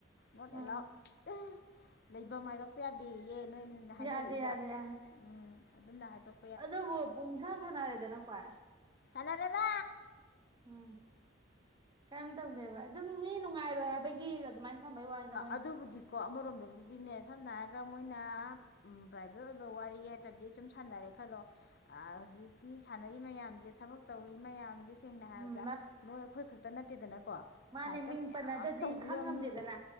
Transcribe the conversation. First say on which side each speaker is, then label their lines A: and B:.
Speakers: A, on the left; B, on the right.
A: ꯅꯣꯠ
B: ꯎꯝ
A: ꯑꯦꯂꯥꯎꯠ ꯑꯥ ꯂꯩꯕꯝ ꯍꯥꯏꯗꯣꯛꯄ ꯌꯥꯗꯦꯌꯦ ꯅꯣꯏꯅꯅ ꯍꯥꯏꯅꯔꯛꯏꯕ
B: ꯌꯥꯗꯦ ꯌꯥꯗꯦ ꯑ
A: ꯎꯝ ꯑꯗꯨꯝꯅ ꯍꯥꯏꯗꯣꯛ
B: ꯑꯗꯨꯕꯨ ꯄꯨꯡꯁꯥꯟ ꯁꯥꯟꯅꯔꯦꯗꯅ ꯈꫭꯏ
A: ꯁꯅꯥꯔꯦꯗꯥ
B: ꯎꯝ ꯀꯩꯝ ꯇꯧꯗꯦꯕ ꯑꯗꯨꯝ ꯃꯤ ꯅꯨꯡꯉꯥꯏꯔꯣꯏ ꯍꯥꯏꯕꯒꯤ ꯑꯗꯨꯃꯥꯏꯅ ꯊꯝꯕꯩ ꯋꯥꯅꯤꯗ ꯃꯣꯏꯅ
A: ꯑꯗꯨꯕꯨꯗꯤ ꯀꯣ ꯑꯃꯔꯣꯝꯗꯕꯨꯗꯤꯅꯦ ꯁꯝꯅ ꯍꯥꯏ ꯑꯗ ꯃꯣꯏꯅ ꯎꯝ ꯄ꯭ꯔꯥꯏꯚꯦꯠ ꯑꯣꯏꯕ ꯋꯥꯔꯤ ꯍꯥꯏꯇꯥꯔꯗꯤ ꯁꯨꯝ ꯁꯥꯟꯅꯔꯦ ꯈꯜꯂꯣ ꯑꯥ ꯍꯧꯖꯤꯛ ꯀꯤ ꯁꯥꯟꯅꯔꯤ ꯃꯌꯥꯝꯖꯦ ꯊꯕꯛ ꯇꯧꯔꯤ ꯃꯌꯥꯝꯖꯦ ꯁꯦꯡꯅ ꯍꯥꯏꯔꯕꯗ
B: ꯎꯝ
A: ꯅꯣꯏ ꯑꯩꯈꯣꯏ ꯈꯛꯇ ꯅꯠꯇꯦꯗꯅꯀꯣ
B: ꯃꯥꯅꯦ
A: ꯁꯥꯏꯠꯇ
B: ꯃꯤꯡ
A: ꯃꯌꯥꯝ
B: ꯄꯟꯅꯗꯗꯤ
A: ꯇꯧꯕ
B: ꯈꯪ
A: ꯌꯥꯎꯅꯤ
B: ꯉꯝꯗꯦꯗꯅ